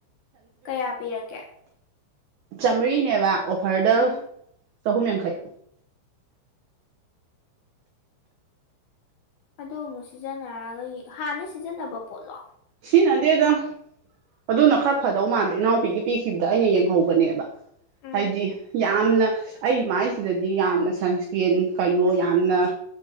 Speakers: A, on the left (about 75°); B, on the right (about 85°).
A: ꯀꯌꯥ ꯄꯤꯔꯛꯒꯦ
B: ꯆꯥꯝꯃ꯭ꯔꯤꯅꯦꯕ ꯑꯣꯐꯔꯗ
A: ꯎꯝ
B: ꯆꯍꯨꯝ ꯌꯥꯡꯈꯩ
A: ꯑꯗꯨ ꯑꯃꯨꯛ ꯁꯤꯖꯤꯟꯅꯔꯒ ꯍꯥꯟꯅ ꯗꯩ ꯁꯤꯖꯤꯟꯅꯕ ꯄꯣꯠꯂꯣ
B: ꯁꯤꯖꯤꯟꯅꯗꯦꯗ ꯑꯗꯨꯅ ꯈꯔ ꯐꯗꯧ ꯃꯥꯟꯕ ꯏꯅꯥꯎꯄꯤꯒꯤ ꯄꯤꯈꯤꯕꯗ ꯑꯩꯅ ꯌꯦꯡꯍꯧꯕꯅꯦꯕ
A: ꯎꯝ
B: ꯍꯥꯏꯗꯤ ꯌꯥꯝꯅ ꯑꯩ ꯃꯥꯏꯁꯤꯗꯗꯤ ꯌꯥꯝꯅ ꯁꯟꯁꯀ꯭ꯔꯤꯟ ꯀꯩꯅꯣ ꯌꯥꯝꯅ